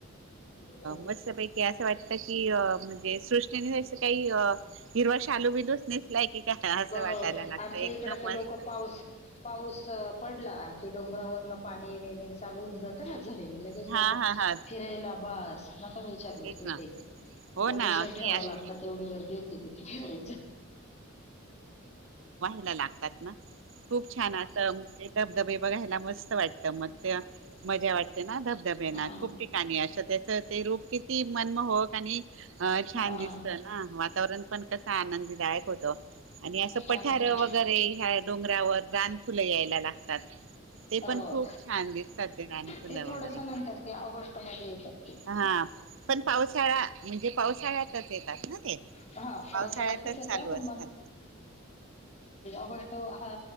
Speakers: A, on the left; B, on the right.
A: हम्.
B: मस्त पैकी असं वाटत की म्हणजे सृष्टीने अस काही हिरवा शालू बिलूच नेसलाय की काय, असं
A: हो
B: वाटायला लागत
A: आमच्या
B: एकदम
A: इकडे तर
B: मस्त.
A: लोक पाऊस पाऊस अ, पडला की डोंगरावरन पाणी विणी चालवून जातं ना झरी लगेच
B: हा
A: नको
B: हा हा
A: फिरायला आप बस न का विचारू
B: तेच ना
A: ते
B: हो
A: पोलिसर
B: ना ते
A: ठेवावं लागतात तेवढी गर्दी होती तिथे केरायच्या.
B: लला ल यातना खूप छान असं म्हणजे धबधबे बघायला मस्त वाटत. त्या मगत्या मजा वाटते ना धबधबेना
A: हा
B: खूप ठिकाणी अशं तेच त ते रोग कि ती मनमहक आणि अ छान
A: हा
B: दिसत ना, वातावरण पण कस आनंदीदायक होत. आणि असं
A: छान
B: पठार
A: होतं ते.
B: वगैरे ह्या जावर रान फुलं यायला लागतात. ते
A: हो
B: पण खूप छान दिसतात ते रानफुलं
A: ते थोडस
B: वगैरे
A: नंतर ते ऑगस्ट मध्ये येतात ते
B: पण हा पण पावसाळा म्हणजे पावसाळ्यातच येतात ना ते
A: हा
B: पावसाळ्यातच
A: येतं
B: चालू
A: पण
B: असतात.
A: गोष्ट ह